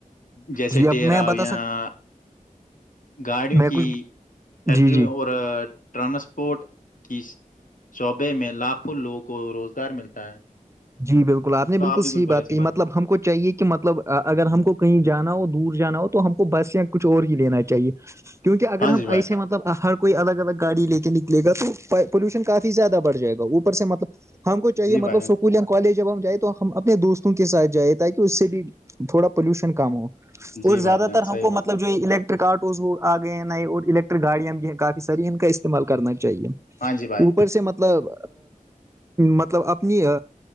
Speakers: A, on the left; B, on the right.
A: جیسے
B: جی اب
A: ڈیرا
B: میں
A: ہو
B: بتا
A: یہاں
B: سک
A: گاڑیوں
B: میں
A: کی
B: کچھ
A: فیکٹریوں
B: جی جی
A: اور ٹرانسپورٹ کی شعبے میں لاکھوں لوگوں کو روزگار ملتا ہے
B: جی بالکل آپ نے
A: تو
B: بالکل
A: بھی
B: صحی
A: کچھ بولے
B: بات
A: اس
B: کہ
A: کے بارے
B: مطلب
A: میں
B: ہم کو چاہیے کہ مطلب اگر ہم کو کہیں جانا ہو دور جانا ہو تو ہم کو بس یا کچھ اور ہی لینا چاہیے کیونکہ اگر
A: ہاں
B: ہم
A: جی بھائی
B: ایسےطلب ہر کوئی الگ الگ گاڑی لے کے نکلے گ تو پولیوشن کافی زیادہ بڑ جائے گا اوپر سے مطلب ہم کو چاہیے
A: جی
B: مطلب
A: بھائی جان
B: اسکول یا کالج جب ہم جائ تو ہم اپنے دوستوں کے ساتھ جائیں تاکہ اس سے بھی تھوڑا پولوشن کام ہو
A: جی
B: اور
A: بھائی
B: زیادہ
A: جان
B: تر
A: صحیح
B: ہم کو
A: بات
B: مطلب
A: بولے
B: جو الیکٹ رک آٹوز آ گئے ہیں نئے اور الیکٹرک گاڑیاں بھی ہیں کافی ساری ان کا استعمال کرنا چاہیے
A: ہاں جی بھائی
B: اوپر سے مطلب مطلب اپنی